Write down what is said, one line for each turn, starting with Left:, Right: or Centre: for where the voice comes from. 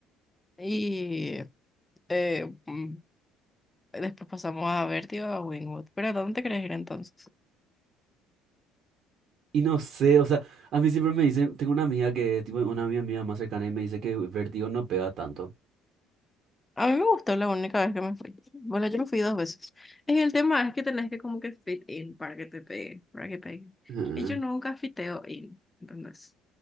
Left: y eh, mm, después pasamos a Vértigo a Wingwood. ¿Pero ¿a dónde te querés ir entonces?
Right: Y no sé, o sea, a mí siempre me dicen, tengo una amiga que, tipo una amiga mía más cercana y me dice que vértigo no pega tanto.
Left: A mí me gustó la única vez que me fui. Bueno, yo me fui dos veces. Y el tema es que tenés que como que fit in para que te pegue, para que pegue.
Right: Ah,
Left: Y yo nunca fiteo in, ¿entendés?